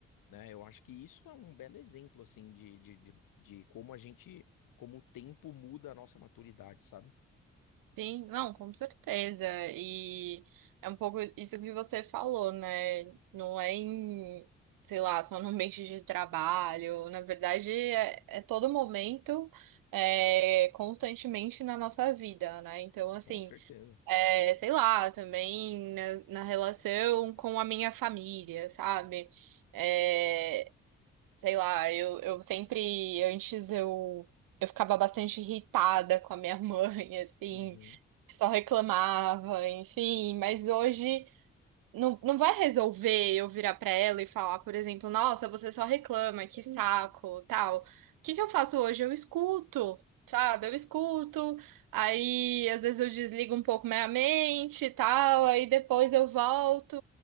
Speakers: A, on the left; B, on the right.
A: né? Eu acho que isso é um belo exemplo, assim, de, de, de, de como a gente, como o tempo muda a nossa maturidade, sabe?
B: Sim, não, com certeza. E é um pouco isso que você falou, né? Não é em, sei lá, só no <laughs> ambiente de trabalho. Na verdade, é, é todo momento, é, constantemente na nossa vida, né? Então, assim,
A: Com certeza.
B: é, sei lá, também na, na relação com a minha família, sabe? É, sei lá, eu, eu sempre, antes eu. Eu ficava bastante irritada com a minha <laughs> mãe, assim,
A: Uhum,
B: só reclamava, enfim, mas hoje. Não, não vai resolver eu virar pra ela e falar, por exemplo, nossa, você só reclama, que saco, tal. O que que eu faço hoje? Eu escuto, sabe? Eu escuto, aí às vezes eu desligo um pouco minha mente e tal, aí depois eu volto